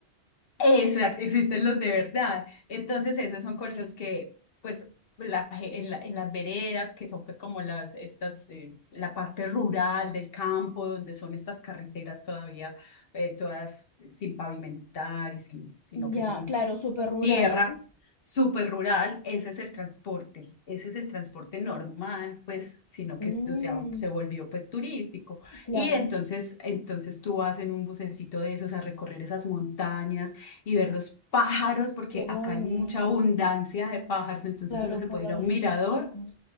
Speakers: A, on the left (about 60°); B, on the left (about 40°).
A: Exacto, existen los de verdad. Entonces, esos son con los que, pues, la ge- en, la- en las veredas, que son pues como las, estas, eh, la parte rural del campo, donde son estas carreteras todavía, eh, todas sin pavimentar y sin, sino
B: Ya,
A: que son
B: claro, súper rural,
A: tierra,
B: ¿no?
A: súper rural, ese es el transporte, ese es el transporte normal, pues, sino que
B: Mm,
A: eso se, ha- se volvió pues turístico.
B: claro,
A: Y entonces, entonces tú vas en un bucecito de esos a recorrer esas montañas y ver los pájaros, porque
B: qué bonito.
A: acá hay mucha abundancia de pájaros, entonces
B: Claro,
A: uno se
B: por
A: puede
B: la
A: ir a
B: vegetación.
A: un mirador.